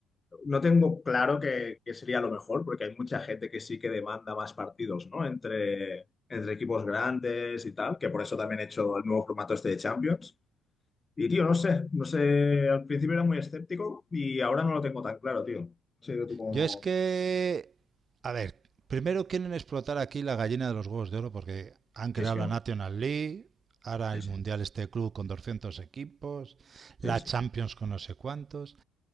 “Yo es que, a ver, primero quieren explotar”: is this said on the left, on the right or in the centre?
Right